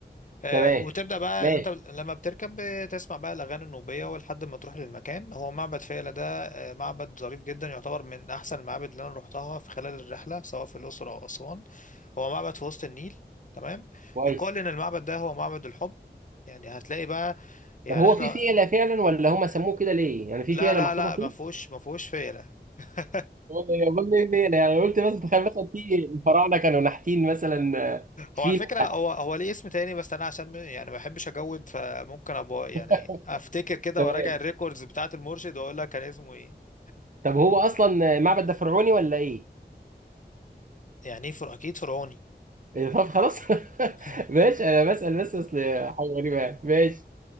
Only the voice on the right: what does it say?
تمام
ماشي
كويس
طب هو
في فيله فعلا ولا هم سموه كده ليه يعني في
فيله
محطوطه
فيه
هي كل الليلة يعني أنا قلت مثلا تخيل مثلا في الفراعنة كانوا نحتين مثلا آه، فيل
ولا
حاجه.
<laughs> تمام
طب هو اصلا المعبد ده فرعوني ولا ايه؟
إيه، طب خلاص <laughs>
ماشي انا بسأل بس اصل حاجه غريبه يعني. ماشي